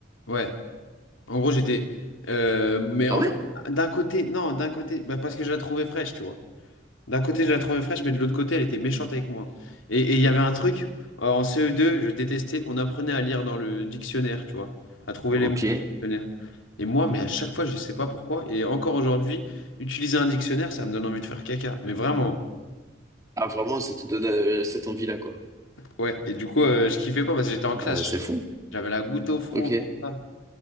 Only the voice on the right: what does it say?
Ah ouais?
Ok.
Ah, vraiment, ça te donne euh, cette envie-là, quoi.
Euh, c'est fou.
Ok.